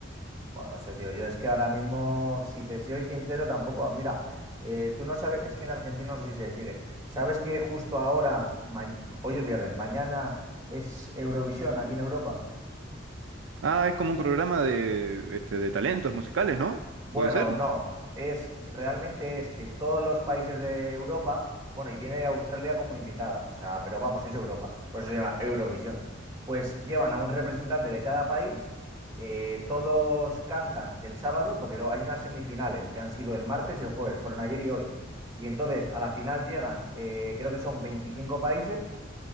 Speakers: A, on the right; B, on the right.
A: Bueno, no sé, tío. Yo es que ahora mismo, si te soy sincero, tampoco. Mira, eh, tú no sabes, es que en Argentina no sé si se sigue. ¿Sabes que justo ahora, ma- hoy es viernes, mañana es Eurovisión aquí en Europa?
B: Ah, es como un programa de, este, de talentos musicales, ¿no?
A: Bueno,
B: ¿Puede ser?
A: no, es realmente es que todos los países de Europa, bueno, y viene Australia como invitada, o sea, pero vamos, es Europa, por eso se llama Eurovisión. Pues llevan a un representante de cada país, eh, todos cantan el sábado, porque luego hay unas semifinales que han sido el martes y el jueves, fueron ayer y hoy. Y entonces a la final llegan, eh, creo que son veinticinco países